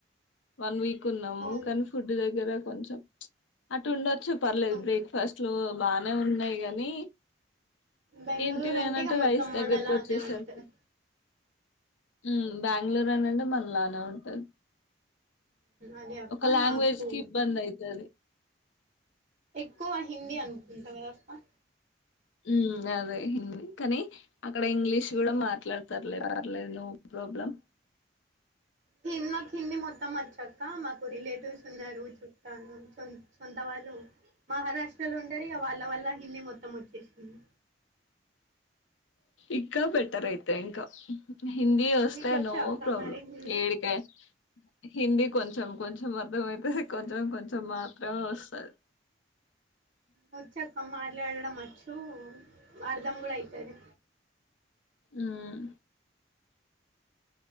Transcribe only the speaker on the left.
వన్ వీక్ ఉన్నాము
కానీ ఫుడ్ దగ్గర కొంచెం ప్చ్ అటు ఉండొచ్చు పర్లేదు
బ్రేక్ఫాస్ట్ లో బా గున్నాయి గానీ
ఏంటిదేనంటే
రైస్ దగ్గరకు
వచ్చేసరికి
ఉమ్ బెంగళూరు అనంటే మళ్ళ నా అంటది
ఒక లాంగ్వేజ్
కి ఇబ్బంది అయితది
ఉమ్ అదే హిందీ కానీ అక్కడ ఇంగ్లీష్ కూడా మాట్లాడతారులే పర్లేదు నో ప్రాబ్లం
ఇంకా బెటర్ అయితే ఇంకా హిందీ వస్తే
నో
ప్రాబ్లమ్
ఏడికే హిందీ కొంచెం కొంచెం అర్థమైతది కొంచెం కొంచెం మాత్రమే వస్తాది
ఉమ్